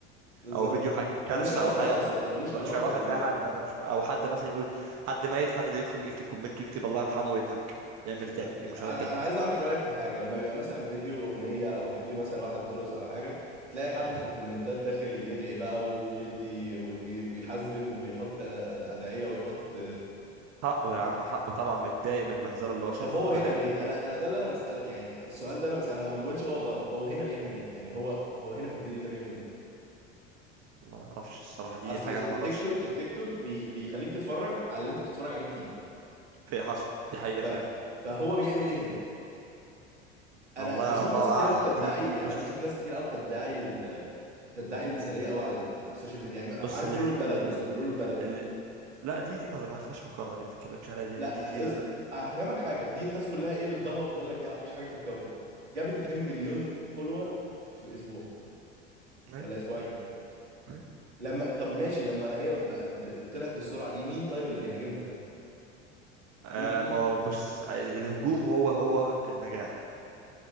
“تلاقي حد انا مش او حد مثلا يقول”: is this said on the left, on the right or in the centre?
Right